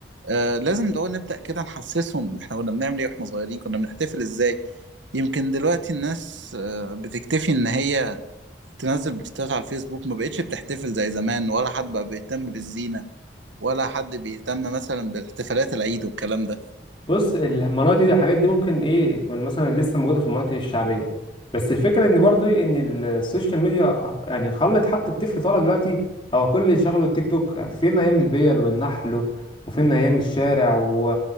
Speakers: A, on the right; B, on the left.
A: آه لازم لو نبدأ كده نحسسهم احنا كنا بنعمل ايه واحنا صغيرين كنا بنحتفل ازاي يمكن دلوقتي الناس آه بتكتفي ان هي تنزل بوستات على الفيسبوك ما بقتش بتحتفل زي زمان ولا حد بقى بيهتم بالزينة ولا حد بيهتم مثلا بالاحتفالات العيد والكلام ده
B: بص المناطق دي الحاجات دي ممكن ايه يكون مثلا لسه موجوده في المناطق الشعبيه بس الفكره ان برضو إيه ان السوشيال ميديا يعني خلت حتى الطفل طالع دلوقتي هو كل اللي شغله التيك توك يعني فين ايام البيل والنحل وفين ايام الشارع و...